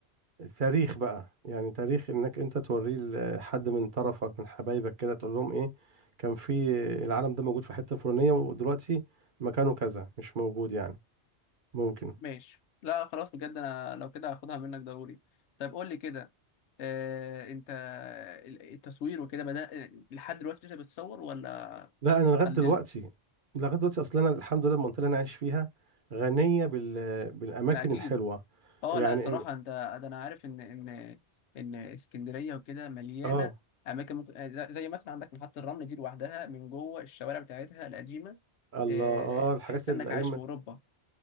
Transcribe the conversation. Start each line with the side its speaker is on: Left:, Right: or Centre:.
Right: تاريخ بقى يعني تاريخ انك انت توريه لحد من طرفك من حبايبك كده تقول لهم ايه كان في العالم ده موجود في حتة فلانية ودلوقتي مكانه كذا مش موجود يعني ممكن
Left: ماشي لا خلاص بجد أنا لو كده هاخدها منك ضروري طب قول لي كده آه أنت ال- التصوير وكده بدأ لحد دلوقتي أنت بتصور ولا
Right: لا انا لغاية
Left: قللت؟
Right: دلوقتي لغاية دلوقتي اصلا انا الحمد لله المنطقة اللي انا عايش فيها غنية بال بالاماكن
Left: ما أكيد
Right: الحلوة
Left: اه
Right: يعني
Left: لا الصراحه
Right: إيه-
Left: انت ده انا عارف ان ان ان اسكندريه وكده مليانه
Right: اه
Left: اماكن ممكن آه، زي زي مثلا عندك محطه الرمل دي لوحدها من جوه الشوارع بتاعتها القديمه
Right: الله
Left: آه،
Right: اه
Left: تحس
Right: الحاجات الايام
Left: انك عايش في اوروبا